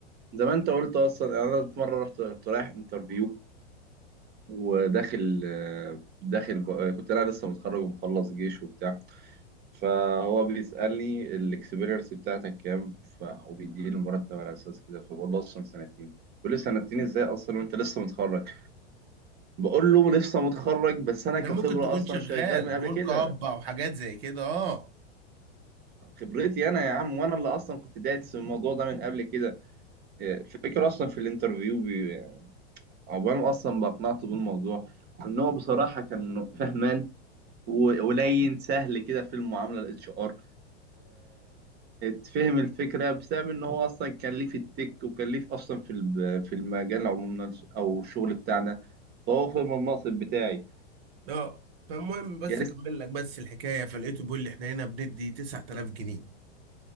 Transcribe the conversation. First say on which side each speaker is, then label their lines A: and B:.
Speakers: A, on the right (about 30°); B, on the right (about 60°).
A: زي ما انت قلت اصلا يعني انا في مره رحت كنت رايح انترفيو وداخل آه، داخل ب... آه، كنت انا لسه متخرج ومخلص جيش وبتاع فهو بيسالني الاكسبيرينس بتاعتك كام ف... وبيديني المرتب على اساس كده فبقول له اصلا سنتين بيقول لي سنتين ازاي اصلا وانت لسه متخرج بقول له لسه متخرج بس انا
B: ده
A: كخبره
B: ممكن تكون
A: اصلا
B: شغال
A: شغال من قبل
B: ورك
A: كده
B: اب او حاجات زي كده اه
A: خبرتي انا يا عم وانا اللي اصلا كنت دايس في الموضوع ده من قبل كده إيه، الفكره اصلا في الانترفيو بي- عقبال ما اصلا بقنعته بالموضوع ان هو بصراحه كان فهمان و- ولين سهل كده في المعامله الاتش ار تفهم الفكره بسبب ان هو اصلا كان ليه في التك وكان ليه في- اصلا في الب- في المجال عموما او الشغل بتاعنا فهو فهم المنصب بتاعي
B: اه فالمهم بس
A: يا ريت
B: اكمل لك بس الحكايه فلقيته بيقول لي احنا هنا بندي 9000 جنيه قلت